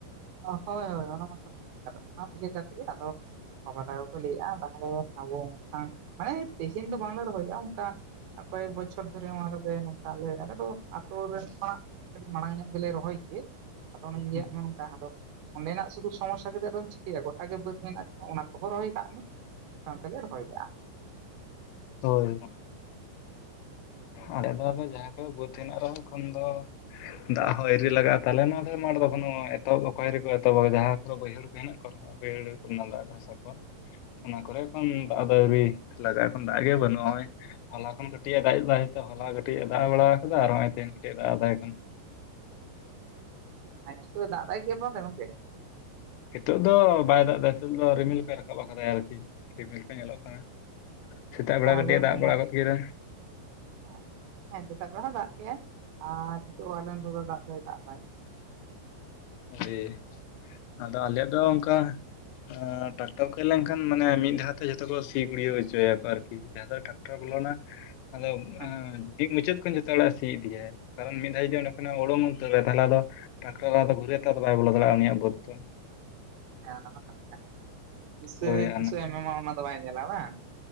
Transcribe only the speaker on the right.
ᱦᱳᱭ ᱦᱳᱭ ᱚᱱᱟ ᱢᱟ ᱠᱟᱛᱷᱟ ᱟᱫᱚ ᱚᱱᱟ ᱤᱭᱟᱹ ᱠᱟᱛᱮᱜ ᱜᱮ ᱟᱫᱚ ᱵᱟᱵᱟ ᱛᱟᱠᱚᱠᱚ ᱞᱟᱹᱭᱮᱫᱼᱟ ᱛᱟᱦᱚᱞᱮ ᱟᱵᱚ ᱢᱟᱱᱮ ᱛᱮᱦᱤᱧ ᱫᱚ ᱵᱟᱝᱞᱮ ᱨᱚᱦᱚᱭᱼᱟ ᱚᱱᱠᱟ ᱟᱠᱚᱜᱮ ᱵᱚᱪᱷᱚᱨ ᱫᱷᱚᱨᱮ ᱱᱚᱣᱟ ᱫᱚᱞᱮ ᱱᱚᱝᱠᱟ ᱟᱞᱮ ᱫᱚ ᱟ ᱟᱹᱛᱩ ᱨᱮᱱ ᱠᱷᱚᱱᱟᱜ ᱠᱟᱹᱴᱤᱡ ᱢᱟᱲᱟᱝ ᱧᱚᱜ ᱜᱮᱞᱮ ᱨᱚᱦᱚᱭ ᱜᱮᱭᱟᱹ᱾ ᱟᱫᱚ ᱚᱱᱮᱧ ᱞᱟᱹᱭᱟᱫ
ᱢᱮ ᱚᱱᱠᱟ ᱟᱫᱚ ᱚᱸᱰᱮᱱᱟᱜ ᱥᱩᱫᱩ ᱥᱚᱢᱚᱥᱟ ᱠᱟᱛᱮ ᱫᱚᱢ ᱪᱤᱠᱟᱹᱭᱟ ᱜᱚᱴᱟ ᱜᱮᱮ ᱵᱟᱹᱫᱽ ᱢᱮᱱᱟᱜ ᱚᱱᱟ ᱠᱚᱦᱚᱸ ᱨᱚᱦᱚᱭ ᱠᱟᱜ ᱢᱮ ᱥᱟᱶ ᱛᱮᱞᱮ ᱨᱚᱦᱚᱭ ᱠᱟᱜᱼᱟ
<unintelligible>
ᱟᱞᱮ
ᱫᱚ
ᱦᱟᱸᱜ
ᱦᱮᱸ ᱦᱮᱸ ᱥᱮᱛᱟᱜ ᱵᱮᱲᱟ ᱦᱚᱸ ᱫᱟᱜ ᱠᱮᱟᱭ ᱟᱨ ᱱᱤᱛᱩ ᱢᱮᱱᱫᱚ ᱫᱚ ᱫᱟᱜ ᱫᱚᱭ ᱫᱟᱜ ᱠᱟᱭ
ᱦᱮᱸ
ᱦᱮᱸ <unintelligible> ᱛᱤᱥᱮ
ᱛᱤᱥᱮ
ᱮᱢᱟᱢᱟ ᱚᱱᱟ ᱫᱚ ᱵᱟᱭ ᱧᱮᱞᱟ ᱵᱟᱝ